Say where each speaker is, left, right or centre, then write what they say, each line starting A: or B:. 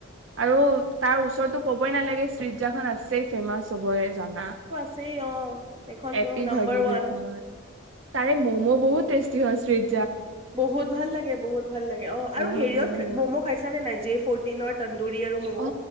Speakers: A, on the right; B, on the right.
A: আৰু তাৰ ওচৰততো ক'বই নালাগে চিজাখন আছে ফেমাচ হ'বৰে জানা
B: আছে অ' সেইখন
A: এপিক
B: তোৰ নাম্বাৰ
A: হয় কিন্তু
B: ওৱান।
A: এইখন তাৰে ম'ম' বহুত টেষ্টি হয় শ্ৰী
B: বহুত ভাল লাগে, বহুত ভাল লাগে অ'
A: বহুত
B: আৰু হেৰিয়ত
A: বহুত
B: ম'ম' খাইছা নে নাই? যে ফ'টি নৰ তন্দুৰি। তন্দুৰী আৰু ম'ম
A: অ